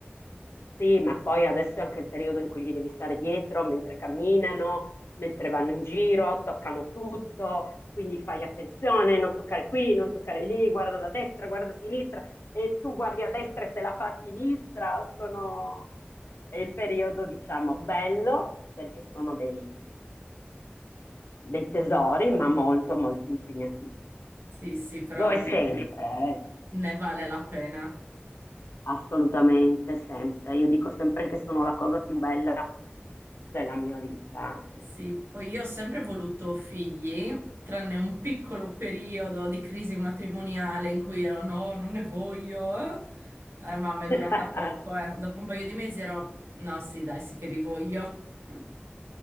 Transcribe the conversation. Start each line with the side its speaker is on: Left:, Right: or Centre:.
Left: Sì, ma poi adesso è anche il periodo in cui gli devi stare dietro mentre camminano, mentre vanno in giro, toccano tutto, quindi fai attenzione, non toccare qui, non toccare lì, guarda da destra, guarda a sinistra e tu guardi a destra e te la fa a sinistra. Sono... È il periodo, diciamo, bello perché sono dei, dei tesori, ma molto, molto impegnativo.
Right: Sì, sì, però
Left: Lo è
Right: no,
Left: sempre, eh.
Right: ne vale la pena.
Left: Assolutamente, sempre. Io dico sempre che sono la cosa più bella della mia vita.
Right: Sì, poi io ho sempre voluto figli, tranne un piccolo periodo di crisi matrimoniale in cui ero no, non ne voglio. Eh, Eh, mamma,
Left: <laughs>
Right: è durata poco, eh. Dopo un paio di mesi ero no, sì, dai, sì che li voglio. <laughs>